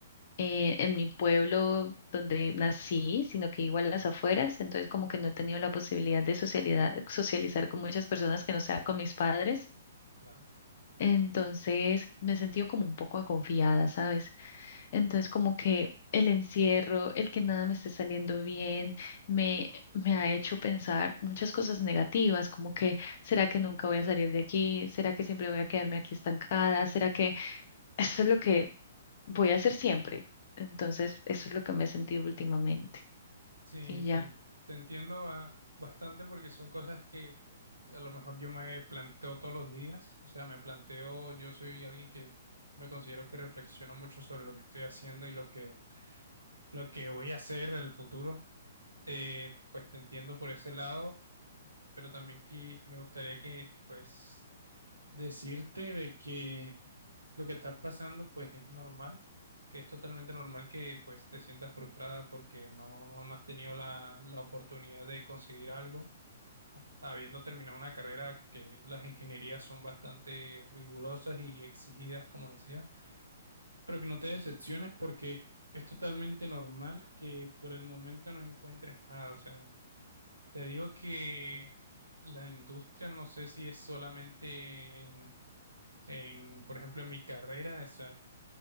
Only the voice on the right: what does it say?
claro.
Sí,
te, en- te entiendo ah, bastante porque son cosas que a lo mejor yo me planteo todos los días. O sea, me planteo, yo soy alguien que me considero que reflexiono mucho sobre lo que estoy haciendo y lo que, lo que voy a hacer en el futuro. Eh, pues te entiendo por ese lado, pero también que me gustaría que, pues, decirte de que lo que estás pasando, pues es normal, que es totalmente normal que pues te sientas frustrada porque no, no has tenido la, la oportunidad de conseguir algo, a- habiendo terminado una carrera que las ingenierías son bastante rigurosas y exigidas, como decía pero que no te decepciones porque es totalmente normal que por el momento no encuentres nada. O sea, te digo que la industria, no sé si es solamente en en, por ejemplo, en mi carrera, o sea,